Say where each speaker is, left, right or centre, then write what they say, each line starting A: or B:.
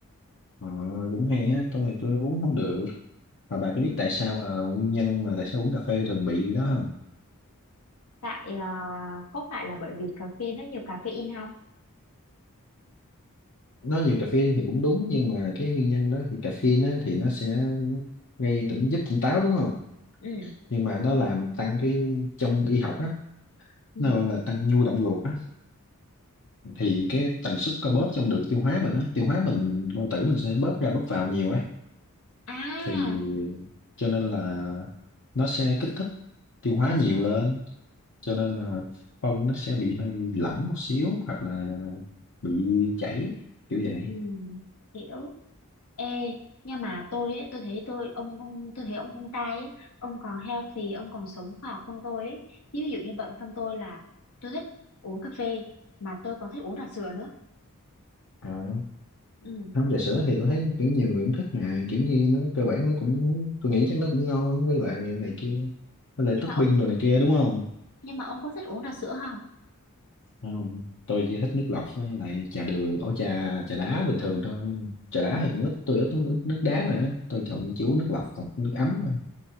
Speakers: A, on the left (about 60°); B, on the left (about 85°).
A: ờ cũng hay á tôi tôi uống không được mà bà
B: ừ.
A: có biết tại sao mà nguyên nhân mà tại sao uống cà phê thường bị đó không
B: tại ờ, có phải là bởi vì cà phê nó nhiều caffeine không
A: nó nhiều caffeine thì cũng đúng nhưng mà cái nguyên nhân đó thì caffeine á, thì nó sẽ gây tỉnh giúp tỉnh táo đúng không
B: ừ
A: nhưng mà nó làm tăng cái trong y học á
B: ừ
A: nó gọi là tăng nhu động ruột á thì cái tần suất co bóp trong đường tiêu hóa mình á tiêu hóa mình bao tử mình sẽ bóp ra bóp vào nhiều ấy
B: à
A: thì cho nên là nó sẽ kích thích tiêu hóa nhiều lên cho nên là phân nó sẽ bị hơi lỏng một xíu hoặc là bị chảy kiểu vậy
B: ừ hiểu Ê, nhưng mà tôi ấy, tôi thấy tôi ông ông tôi thấy ông con trai ấy, ông còn healthy, ông còn sống khoa học hơn tôi ấy. Chứ Ví dụ như bản thân tôi là tôi thích uống cà phê mà tôi còn thích uống trà sữa nữa.
A: À,
B: Ừ.
A: không trà sữa thì tôi thấy kiểu nhiều người cũng thích mà kiểu như nó cơ bản nó cũng tôi nghĩ chắc nó cũng ngon với lại này kia với lại
B: Nhưng
A: topping
B: mà ông
A: đồ này kia đúng không
B: nhưng mà ông có thích uống trà sữa không?
A: không tôi chỉ thích nước lọc với lại trà đường ổ trà trà đá bình thường thôi trà đá thì cũng ít tôi ít uống nước đá nữa tôi thường chỉ uống nước lọc hoặc nước ấm thôi